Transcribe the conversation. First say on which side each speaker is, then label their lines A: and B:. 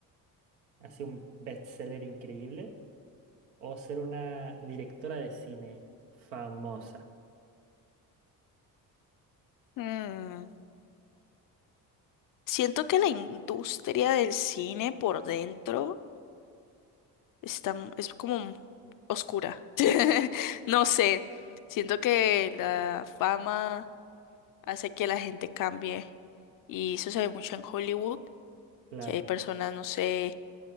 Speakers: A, on the right; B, on the left.
A: así un bestseller increíble, o ser una directora de cine famosa?
B: mm. Siento que la industria del cine por dentro Está, m- es como oscura. <laughs> No sé. Siento que la fama hace que la gente cambie. Y eso se ve mucho en Hollywood,
A: Claro,
B: que hay personas, no sé,